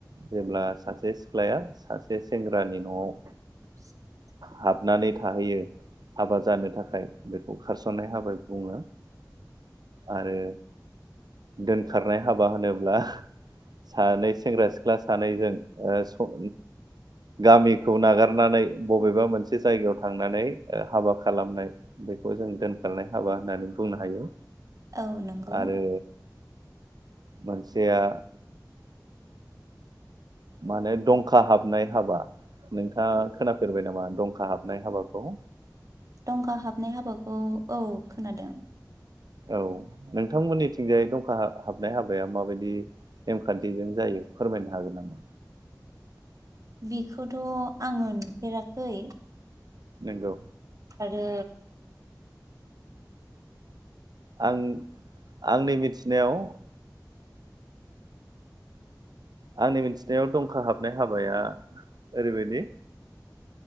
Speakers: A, on the right; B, on the right.
A: जेब्ला सासे सिख्लाया सासे सेंग्रानि न'आव
B: <inaudible>
A: हाबनानै थाहैयो हाबा जानो थाखाय बेखौ खारसननाय हाबा बुङो आरो दोनखारनाय हाबा होनोब्ला सानै सेंग्रा सिख्ला सानैजों ओ गामिखौ नागारनानै बबेबा मोनसे जायगायाव थांनानै हाबा खालामनाय बेखौ जों दोनखारनाय हाबा होननानै बुंनो हायो
B: औ नंगौ
A: आरो मोनसे बेया माने दंखा हाबनाय हाबा नोंथाङा खोनाफेरबाय नामा दंखा हाबनाय हाबाखौ
B: दंखा हाबनाय हाबाखौ औ खोनादों
A: औ नोंथांमोननिथिंजाय दंखा हाबनाय हाबाया माबायदि नेमखान्थिजों जायो फोरमायनो हागोन नामा?
B: बेखौथ' आङो नुफेराखै
A: नोंगौ
B: आरो
A: आं आंनि मिथिनायाव आंनि मिथिनायाव दंखा हाबनाय हाबाया ओरैबायदि